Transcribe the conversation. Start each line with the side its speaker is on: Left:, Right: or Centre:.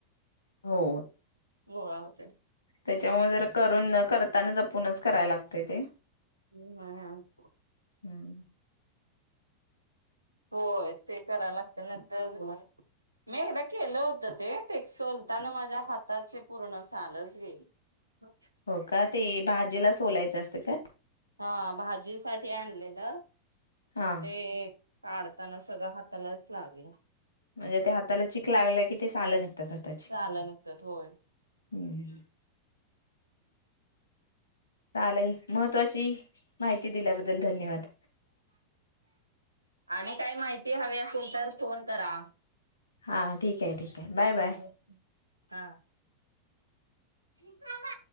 Left: हो.
Right: गोळा होत्यात.
Left: त्याच्यामुळे जरा करून, करताना जपूनच करायला लागतय ते.
Right: हम्. हा.
Left: हम्म.
Right: होय. ते करायला लागत नंतर- मी एकदा केलं होतं ते. ते सोलताना माझ्या हाताची पूर्ण सालच गेली. <unintelligible>
Left: हो का? ते भाजीला सोलायचं असत का?
Right: हां. भाजीसाठी आणलेलं.
Left: हां.
Right: ते काढताना सगळं हातालाच लागलं.
Left: म्हणजे ते हाताला चिक लागलं कि ते सालं निघतात हाताची.
Right: झालं नकत होय
Left: हम् चालेल, महत्त्वाची माहिती दिल्याबद्दल धन्यवाद.
Right: आणि काय माहिती हवी असेल तर फोन करा.
Left: हां ठीक आहे ठीक आहे बाय बाय
Right: हा हा थांबा